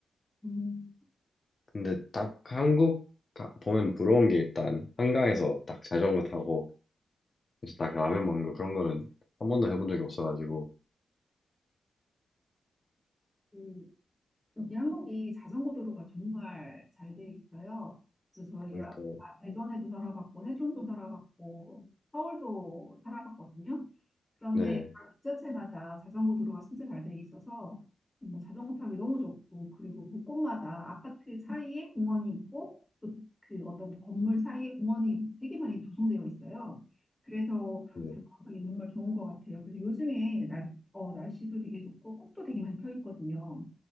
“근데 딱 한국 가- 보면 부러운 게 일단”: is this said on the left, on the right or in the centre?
Left